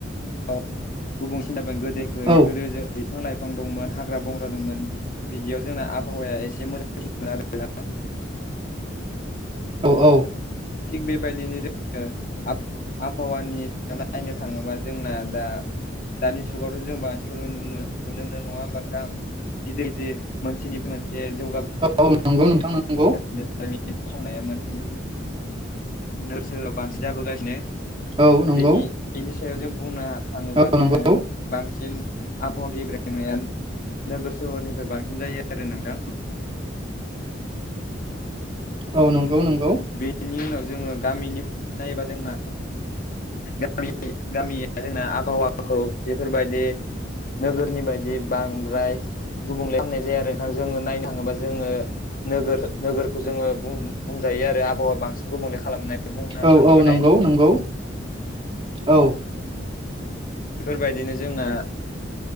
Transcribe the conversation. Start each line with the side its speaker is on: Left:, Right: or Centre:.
Left: <unintelligible> गुबुंसिन जाबाय गोदो
Right: औ
Left: गोदो बिफां लाइफां दंमोन हाग्रा बंग्रा दंमोन बिदियाव जोंना आबहावाया एसे मोजांसिनमोन आरो ना
Right: औ औ
Left: थिग बेबायदिनो जोङो <unintelligible> आबहावानि सायाव नायनो थाङोबा जोंना दा दानि जुगावथ' जों बांसिखौनो नुनो मोनो नङा होमबा नोंथां? गिदिर गिदिर मोनसेनिफ्राय मोनसे जौगाबो
Right: औ नंगौ नोंथां नंगौ
Left: <unintelligible> मोनसेनिफ्राय मोनसे नोरसो बांसिन जाबोगासिनो।
Right: औ नंगौ
Left: बिनि बेनि सायाव जों बुंनो थाङोबा
Right: औ
Left: जोङो
Right: नंगौ
Left: बांसिन आबहावा गेब्रेंनाया नोगोर सोहरनिफ्राय बांसिन जायो आरो नोंथां।
Right: औ नंगौ नंगौ।
Left: बेनि उनाव जोङो गामिनिफ्राय नायबा जोंना गामि गामि गामियाव जोंना आबहावाखौ बेफोरबादि नोगोरनि बायदि बांद्राय गुबुंले खालामामनाय जायो आरो नोंथां। जोङो नायनो थाङोबा जोङो नोगोर नोगोरखौ जोङो बुं-बुं जायो आरो आबहावा बांसिन गुबुंले खालामनानै बुंनो
Right: औ
Left: थाङोबाथाय।
Right: औ नोंगौ। औ।
Left: बेफोरबायदिनो जोंना